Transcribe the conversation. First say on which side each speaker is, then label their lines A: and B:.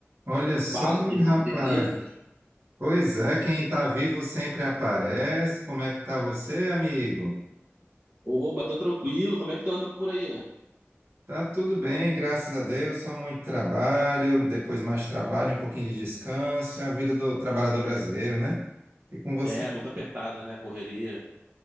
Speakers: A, on the right; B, on the right.
A: Olha só,
B: Fala, amigo,
A: rapaz.
B: beleza?
A: Pois é, quem tá vivo sempre aparece. Como é que tá você, amigo?
B: Oba, tô tranquilo, como é que tu anda por aí?
A: Tá tudo bem, graças a Deus. Só muito trabalho, depois mais trabalho, um pouquinho de descanso. É a vida do trabalhador brasileiro, né? E com você?
B: É, muito apertada, né? a Correria.